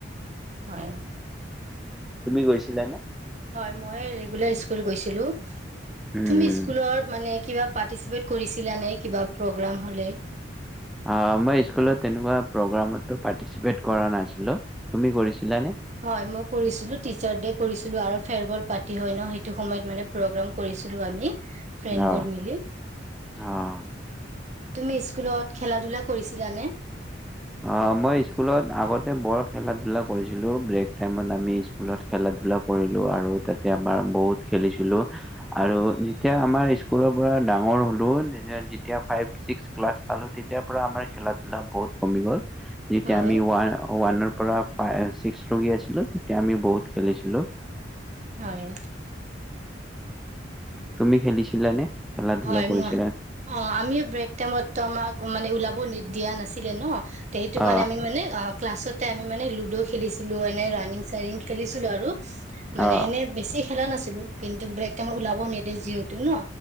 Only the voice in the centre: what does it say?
তুমি গৈছিলা নে?
উম,
অ', মই স্কুলত তেনেকুৱা প্ৰগ্ৰামতটো পাৰ্টিচিপেত কৰা নাছিলোঁ, তুমি কৰিছিলানে?
অ',
অ'।
অ মই স্কুলত আগতে বৰ খেলা ধূলা কৰিছিলোঁ ব্ৰেক টাইমত আমি স্কুলত খেলা ধূলা কৰিলোঁ আৰু তাতে আমাৰ বহুত খেলিছিলোঁ আৰু যেতিয়া আমাৰ স্কুলৰ পৰা ডাঙৰ হ'লো তেতিয়া যেতিয়া ফাইভ ছিক্স ক্লাছ পালোঁ তেতিয়াৰ পৰা আমাৰ খেলা ধূলা বহুত কমি গ'ল যেতিয়া
আমি ওৱানৰ পৰা ফাইভ ছিক্স লগি আছিলোঁ তেতিয়া আমি বহুত খেলিছিলোঁ
তুমি খেলিছিলা নে খেলা ধূলা
কৰিছিলা
অ'
অ'